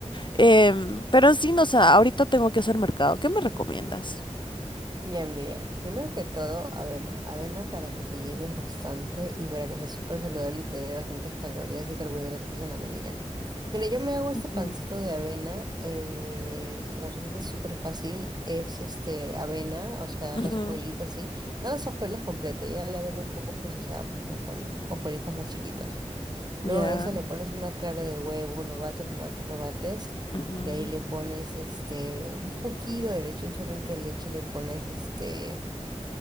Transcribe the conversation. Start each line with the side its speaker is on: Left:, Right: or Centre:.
Left: Em, pero en sí, no, o sea, ahorita tengo que hacer mercado. ¿Qué me recomiendas?
Right: Ya mira, primero que todo, avena. Avena para que te llenes bastante y para que sea súper saludable y te dé bastantes calorías y carbohidratos en la mañana. Mira, yo me hago este
Left: Ujú.
Right: pancito de avena eh, y la receta es súper fácil. Es este avena, o sea,
Left: Ujú.
Right: las hojuelitas, sí. No las hojuelas completas, ya la avena un poco procesada, pues no, con hojuelitas más chiquitas.
Left: Ya.
Right: Luego de eso le pones una clara de huevo, lo bates, lo bates, lo bates.
Left: ujú,
Right: De ahí le pones este un poquito de leche, un chorrito de leche, le pones este